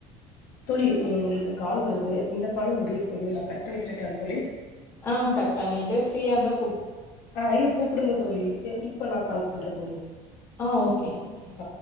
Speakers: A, on the left; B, on the left.
A: தோழி உங்களுக்கு கால் வருது இந்த காலும் முடிய போகுது நா கட் பண்ணிக்கிறேட்ட தோழி
B: ஆ கட் பண்ணிட்டு ஃப்ரீயா இருந்த
A: ஆ இல்ல கூப்புடுங்க தோழி இப்ப நா கால் பண்றேன் தோழி
B: ஆ ஓகே ஓகே
A: ஆ